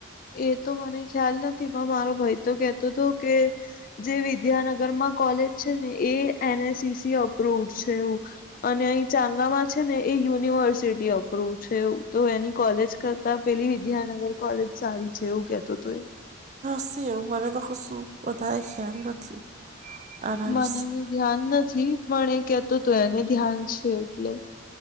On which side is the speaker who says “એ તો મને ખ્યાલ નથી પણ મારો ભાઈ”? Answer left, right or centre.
Left